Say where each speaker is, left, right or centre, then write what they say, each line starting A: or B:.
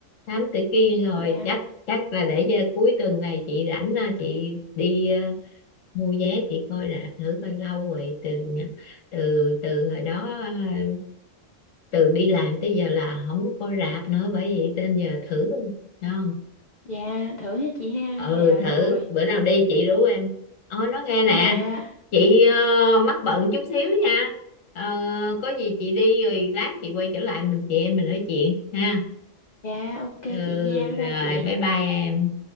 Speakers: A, on the left; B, on the left.
A: Thám Tử Kiên rồi
B: dạ
A: chắc chắc là để cho cuối tuần này chị rảnh ờ, chị đi ờ, mua vé chị coi rạp thử coi lâu rồi từ nhà- từ từ hồi đó ờ, từ đi làm tới giờ là không có coi rạp nữa bởi vậy nên giờ thử coi. Thấy không
B: dạ thử ha chị ha
A: ừ
B: dạ
A: thử
B: rồi
A: bữa nào đi chị rủ em ôi nó nghe nè
B: dạ
A: chị ờ, mắc bận chút xíu nha Ờ, có gì chị đi rồi lát chị quay trở lại mình chị em mình nói chuyện ha
B: dạ ok
A: ừ
B: chị nha bye bye
A: rồi
B: chị
A: bye bye em